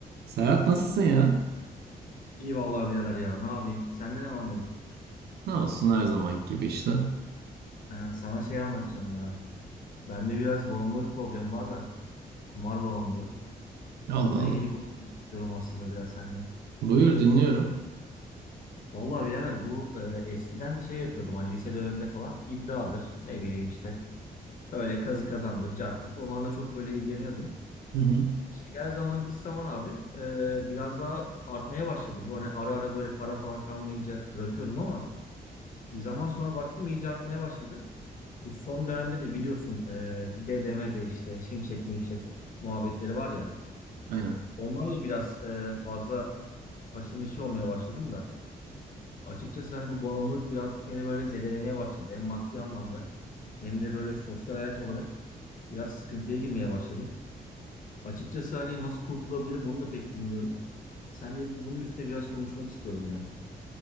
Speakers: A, on the right; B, on the left.
A: Serhat nasılsın ya?
B: İyi vallahi birader ya ne yapayım? Sende ne var ne yok?
A: Ne olsun her zamanki gibi işte.
B: Ee, sana şey anlatacağım ya. Bende biraz bağımlılık problemi var da. Kumar bağımlılığı.
A: Allah
B: Onunla
A: Allah.
B: ilgili konuşmak istiyorum aslında biraz seninle.
A: Buyur dinliyorum.
B: Vallahi birader bu e, eskiden şey yapıyordum hani lise döneminde falan iddiadır. Ne bileyim işte. Öyle kazı kazandır, cartçuk. Onlarla çok böyle ilgileniyordum.
A: Hı hı.
B: İşte gel zaman git zaman abi e, biraz daha artmaya başladı. Bu hani ara ara böyle para falan kalmayınca bırakıyordum ama bir zaman sonra baktım iyice artmaya başladı. Bu son dönemde de biliyorsun e, dedeme de işte şimşek mimşek muhabbetleri var ya.
A: Aynen.
B: Onlarla biraz e, fazla haşır neşir olmaya başladım da. Açıkçası hani bu bağımlılık birazcık beni böyle zedelemeye başladı. Hem maddi anlamda hem de böyle sosyal hayat olarak biraz sıkıntıya girmeye başladım. Açıkçası hani nasıl kurtulabilirim onu da pek bilmiyorum. Seninle bunun üstüne biraz konuşmak istiyorum ya.